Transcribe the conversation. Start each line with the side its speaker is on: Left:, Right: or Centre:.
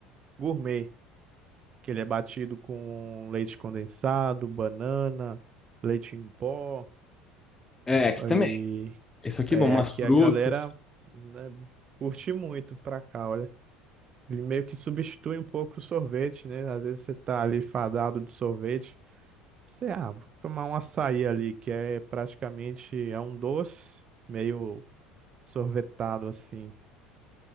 Right: gourmet, que ele é batido com leite condensado, banana, leite em pó.
Left: É, aqui também.
Right: E
Left: Isso aqui
Right: é,
Left: é bom, umas
Right: aqui
Left: frutas.
Right: a galera né, curte muito pra cá, olha. Ele meio que substitui um pouco o sorvete, né? Às vezes você tá ali fadado de sorvete. Sei ah, vou tomar um açaí ali, que é praticamente é um doce meio sorvetado assim,